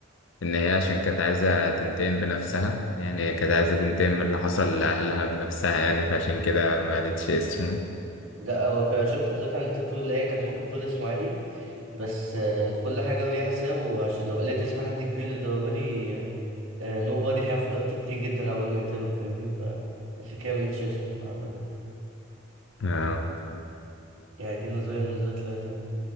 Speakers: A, on the left (about 60°); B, on the right (about 70°).
A: إن هي عشان كانت عايزة تنتقم بنفسها يعني هي كانت عايزة تنتقم من اللي حصل لأهلها بنفسها يعني فعشان كده ما قالتش اسمه
B: لا هو في شفت نزلت عن انت بتقول اللي هي كانت ممكن تقول اسمه عادي بس آه، كل حاجه وليها حساب وعشان لو قالت اسم حد كبير للدرجه دي نو بادي هياخد وقت كتير جدا عبال ما يقتله فاهمني فعشان كده ما قالتش اسمه اعتقد
A: آه.
B: يعني دي نظريه من نظريات لا طبعا